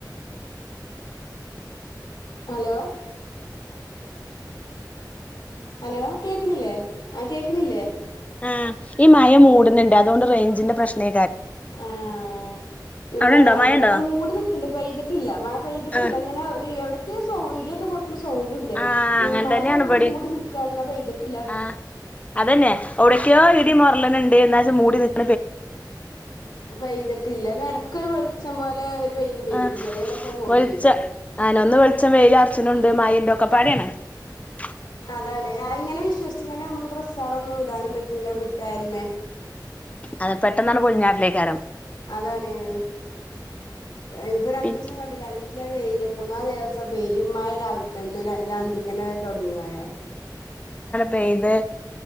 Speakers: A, on the left; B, on the left.
A: ഹലോ ഹലോ കേക്ക്ണില്ലേ ആഹ് കേക്ക്ണില്ലേ
B: ആ ഈ മഴ മൂടുന്നുണ്ട് അതോണ്ട് റെയ്ഞ്ചിൻ്റെ പ്രശ്നാ
A: ആഹ് ഇവിടെ
B: അവിടെണ്ടോ
A: ഇവിടെ
B: മഴണ്ടോ
A: ദാ മൂടി നിക്ക്ണ്ട് പെയ്തിട്ടില്ല മഴ പെയ്തിട്ടില്ല
B: ആഹ്
A: ഇങ്ങനെ ഒരു എവിടെ <unintelligible> ഇടിയൊക്കെ പൊട് സൗണ്ടുണ്ട്
B: ആഹ്
A: ഈ
B: അങ്ങനെ
A: മയയെന്ന
B: തന്നെയാണ് ഇബടിം
A: മൂടി നിക്കാണ് ന പെയ്തിട്ടില്ല
B: ആഹ് അതന്നെ എവിടേക്കോ ഇടി മൊരള്ണുണ്ട് എന്നാച്ച മൂടി നിക്
A: പെയ്തിട്ടില്ല എന്നാ എടക്കൊരു വെളിച്ചം പോലെ ഒരു- വെയിലും വരും
B: ആഹ്
A: ചെയ്യും അതേമാർക്ക് അത് പോവും
B: വെളിച്ച
A: ചെയ്യും
B: ആ നന്നു വെളിച്ചം വെയിലാർച്ചണുണ്ട് മയേറ്റൊക്കെ <unintelligible>
A: അതാണ് ആ ഇങ്ങനെ വിശ്വസിച്ചങ്ങാണ്ട് നമക്ക് ഡ്രസ്സുകളൊന്നും ഇടാനും പറ്റൂല മിറ്റായിൽമെ
B: അത് പെട്ടന്നാണ് <unintelligible>
A: അതാണ് ഉം ഇതിപ്പം രണ്ടൂസം
B: പി
A: കണ്ടില്ലെ നല്ല വെയിലും മൂന്നാ <unintelligible> പെരുമ്മഴ രാവിൽ തന്നെ ലെ അന്തിക്കെന്നെ തൊടങ്ങി മഴ
B: പെയ്തെ